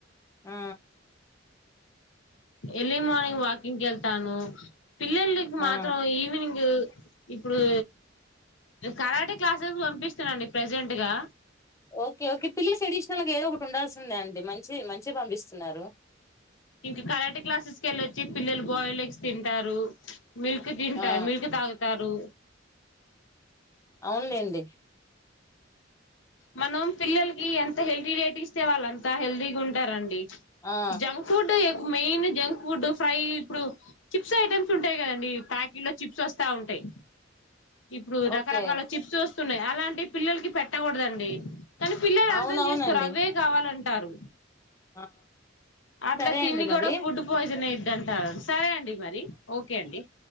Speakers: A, on the left; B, on the left.
A: ఆ
B: ఎర్లీ మార్నింగ్ వాకింగ్ కి వెళ్తాను పిల్లలకి
A: ఆ
B: మాత్రం ఈవినింగ్ ఇప్పుడు కరాటే క్లాసెస్ పంపిస్తున్నాండి. ప్రెజెంట్ గా
A: ఓకే ఓకే పిల్లల స్టడీస్ అసలికి ఏదో ఒకటి ఉండాల్సిందే. అండి మంచి మంచిగా పంపిస్తున్నారు.
B: ఇంక కరాటి క్లాసెస్కి వెళ్ళచ్చి పిల్లలు బాయిల్డ్ ఎగ్స్ తిం తింటారు. మిల్క్ తింటా
A: ఆ
B: మిల్క్ తాగుతారు.
A: అవునులేండి.
B: మనం పిల్లలకి ఎంత హెల్తీ డైట్ ఇస్తే వాళ్ళు అంత హెల్తీగా ఉంటారండి.
A: ఆ
B: జంక్ ఫుడ్డే ఎప్ మెయిన్ జంక్ ఫుడ్ ఫ్రై ఇప్పుడు చిప్స్ ఐటమ్స్ ఉంటాయి కదండి ప్యాకెట్ లో చిప్స్ వస్తా ఉంటాయి ఇప్పుడు రకరకాల
A: ఓకే
B: చిప్స్ వస్తున్నాయి అలాంటి పిల్లలకి పెట్టకూడదండి. ండి కానీ పిల్లలు
A: అవునవునండి
B: అర్థం చేస్కోరు అవే కావాలంట తింటారు.
A: ఆ
B: అట్లా
A: సరే
B: తిని
A: అండి మరి
B: కూడా ఫుడ్ పాయిజన్ అయిద్ది. వద్దంటారు సరే అన్ అండి మరి ఓకే అండి.